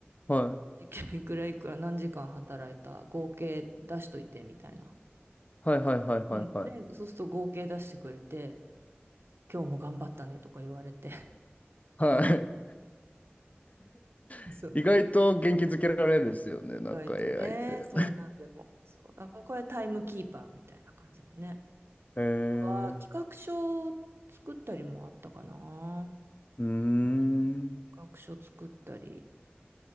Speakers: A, on the left; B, on the right.
A: は
B: 時給いくらいくら何時間働いた合計出しといてみたいな。
A: いはいはいはいはいはい
B: うん。で、そうすると合計出してくれて、今日も頑張ったねとか言われて。
A: はいはい
B: <laughs> そう。
A: <laughs> 意外と元気づけられるですよねなんか
B: 意外とね、
A: AI って
B: そんなんでも。そう。だからこれタイムキーパーみたいな感じだね。
A: <laughs> へえ
B: あとは、企画書を作ったりもあったかな。
A: うーん。
B: 企画書作ったり、